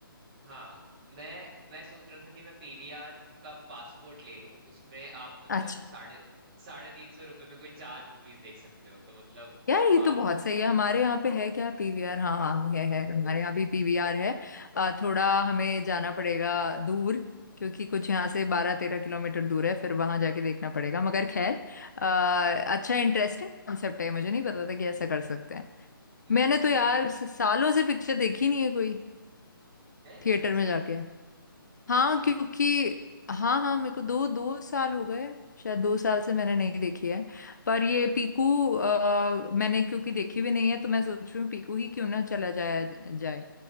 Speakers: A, on the right; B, on the left.
A: हाँ मैं मैं सोच रहा था कि मैं पीवीआर का पासपोर्ट ले लूं उसमें आप मतलब
B: अच्छा
A: साढ़े साढ़े तीन सौ रुपए में कोई चार मूवीज देख सकते हो तो मतलब
B: यार
A: हाँ
B: ये तो बहुत सही है हमारे यहाँ पे है क्या पीवीआर हाँ हाँ है है हमारे यहाँ भी पीवीआर है अ, थोड़ा हमें जाना पड़ेगा दूर क्योंकि कुछ यहाँ से बारह तेरह किलोमीटर दूर है फिर वहां जाके देखना पड़ेगा मगर खैर अ, अच्छा इंटरेस्टिंग कॉन्सेप्ट है मुझे नहीं पता था कि ऐसा कर सकते हैं
A: मे,
B: मैंने तो
A: मेरे
B: यार स- सालों से पिक्चर देखी नहीं है कोई
A: हैं
B: थिएटर
A: सच्ची
B: में जाके
A: सच्ची
B: हाँ क्योंकि हाँ हाँ मेरे को दो दो साल हो गए शायद दो साल से मैंने नहीं देखी है पर ये पीकू अ, मैंने क्योंकि देखी भी नहीं है तो मैं सोच रही हूँ पीकू ही क्यों ना चला जाया जाए